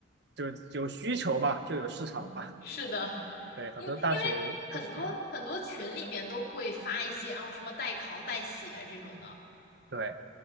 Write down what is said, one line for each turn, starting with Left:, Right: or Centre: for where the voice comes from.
Right: 就有需求嘛，就有市场嘛。
Left: 嗯是的，
Right: 对，很多大学就是这样。
Left: 因为因为很多很多群里面都会发一些哦什么代考代写这种的，
Right: 对。